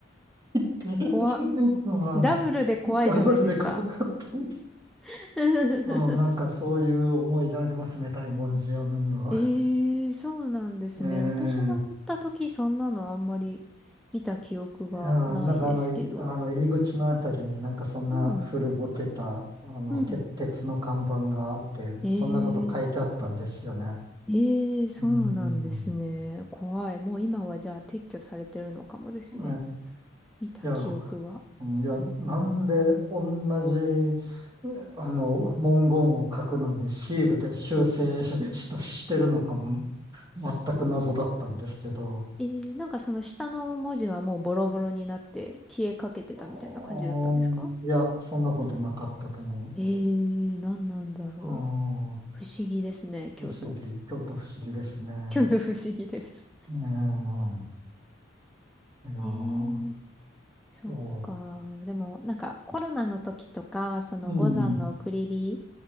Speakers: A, on the right (about 20°); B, in the centre.
A: <laughs>
B: 怖っ。
A: ああ、
B: ダブルで怖いじゃないですか。
A: ダブルで怖かったです。
B: <laughs>
A: うん、なんかそういう思い出ありますね、大文字山には。
B: ええそうなんですね。
A: ええ
B: 私登った時そんなのあんまり見た記憶がないですけど。
A: いやー、なんかあの、いあの入り口のあたりになんかそんな古ぼけた、
B: うん。
A: あの、
B: うん。
A: 鉄鉄の看板があって、
B: ええ
A: そんなこと書いてあったんですよね。
B: ええそうなんですね。
A: うーん。
B: 怖い。もう今はじゃあ撤去されてるのかもですね。
A: え
B: 見た記憶が。
A: えいや、うんいや、なんで同じ、えあの、文言を書くのにシールで修正し、したしてるのかも、全く謎だったんですけど、
B: えーなんかその下の文字はもうボロボロになって消えかけてたみたいな感じだったんですか
A: あーいや、そんなことなかったと思う。
B: ええなんなんだろう。
A: う
B: 不思議ですね、京都。
A: ん、不思議、京都不思議ですね。
B: 日の不思議です。
A: ねえ、いやー、
B: へえ、そっか。
A: そ
B: でも、なんかコロナの時とか、その五山の送り火
A: う、うん、